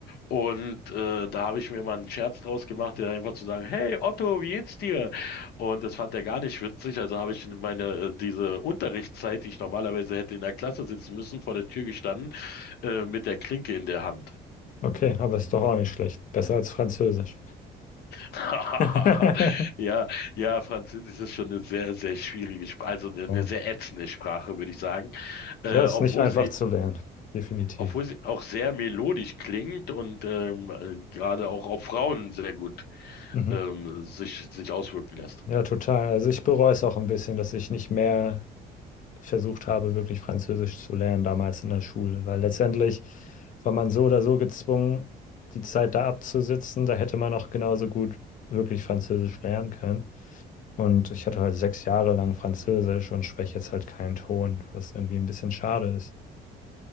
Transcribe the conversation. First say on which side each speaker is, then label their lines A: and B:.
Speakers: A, on the left; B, on the left.
A: Und äh, da habe ich mir mal einen Scherz draus gemacht, der einfach zu sagen, hey Otto, wie geht's dir? Und das fand er gar nicht witzig, also habe ich meine, äh, diese Unterrichtszeit, die ich normalerweise hätte in der Klasse sitzen müssen, vor der Tür gestanden, äh, mit der Klinke in der Hand.
B: Okay, aber ist doch auch nicht schlecht. Besser als Französisch.
A: <laughs>
B: <laughs>
A: Ja, ja, Französisch ist schon eine sehr, sehr schwierige Sprache, also eine, eine
B: Ja,
A: sehr ätzende Sprache, würde ich sagen. Äh,
B: Ja, ist
A: obwohl
B: nicht einfach
A: sie
B: zu lernen. Definitiv.
A: Obwohl sie auch sehr melodisch klingt und ähm, äh, gerade auch auf Frauen sehr gut
B: Mhm.
A: ähm, sich, sich auswirken lässt.
B: Ja, total. Also ich bereue es auch ein bisschen, dass ich nicht mehr versucht habe, wirklich Französisch zu lernen damals in der Schule, weil letztendlich war man so oder so gezwungen, die Zeit da abzusitzen. Da hätte man auch genauso gut wirklich Französisch lernen können. Und ich hatte halt sechs Jahre lang Französisch und spreche jetzt halt keinen Ton, was irgendwie ein bisschen schade ist.